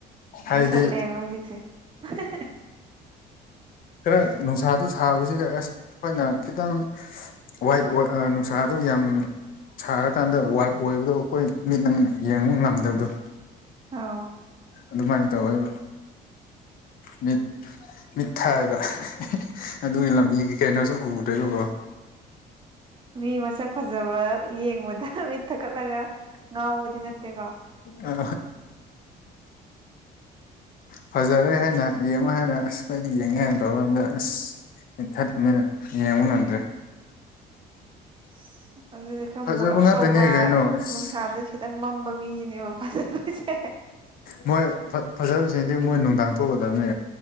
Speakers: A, on the left; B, on the right.
A: ꯍꯥꯏꯗꯤ
B: ꯎꯁꯜꯂꯛꯑꯦꯕ ꯍꯧꯖꯤꯛꯁꯦ <unintelligible>
A: ꯈꯔ ꯅꯨꯡꯁꯥꯗꯨ ꯁꯥꯕꯁꯤꯒ ꯑꯁ ꯑꯩꯈꯣꯏꯅ ꯈꯤꯇꯪ ꯋꯥꯏꯠ ꯑꯣꯏ ꯑ ꯅꯨꯨꯡꯁꯥꯗꯣ ꯌꯥꯝ ꯁꯥꯔꯀꯥꯟꯗ ꯋꯥꯏꯠ ꯑꯣꯏꯕꯗꯣ ꯑꯩꯈꯣꯏ ꯃꯤꯠ ꯅꯪ ꯌꯦꯡꯕ ꯉꯝꯗꯕꯗꯣ
B: ꯑꯧ
A: ꯑꯗꯨꯃꯥꯏꯅ ꯇꯧꯋꯦꯕ ꯃꯤꯠ ꯃꯤꯠ ꯊꯛꯑꯕ ꯑꯗꯨꯒꯤ ꯂꯝꯕꯤ ꯀꯩꯅꯣꯁꯨ ꯎꯗꯦꯕꯀ‌ꯣ
B: ꯃꯤ ꯃꯁꯛ ꯐꯖꯕ ꯌꯦꯡꯕꯗ ꯃꯤꯠ ꯊꯛꯀꯠꯂꯒ ꯉꯥꯎꯕꯗꯤ ꯅꯠꯇꯦꯀꯣ
A: ꯑ <unintelligible> ꯐꯖꯔꯦ ꯍꯥꯏꯅ ꯌꯦꯡꯉꯣ ꯍꯥꯏꯅ ꯑꯁ ꯈ‌ꯣꯏꯗꯤ ꯌꯦꯡꯉꯦ ꯍꯥꯏꯅ ꯇꯧꯔꯝꯗ ꯑꯁ ꯊꯠꯄꯅꯤꯅ ꯌꯦꯡꯕ ꯉꯝꯗ꯭ꯔꯣꯏ
B: ꯑꯁ ꯑꯗꯨꯗꯤ ꯈꯔ
A: ꯐꯖꯕ
B: ꯃꯨꯔꯞ
A: ꯉꯥꯛꯇꯅꯦ
B: ꯇꯧꯕ
A: ꯀꯩꯅꯣ ꯑꯁ
B: ꯅꯨꯡꯁꯥꯗ ꯈꯤꯇꯪ ꯃꯝꯕ ꯃꯤꯁꯤꯅꯦꯕ ꯐꯖꯗ‌ꯣꯏꯁꯦ
A: ꯃꯣꯏ ꯐꯖꯕꯁꯤꯡꯗꯤ ꯃꯣꯏ ꯅꯨꯡꯗꯥꯡ ꯊꯣꯛꯀꯗꯕꯅꯦ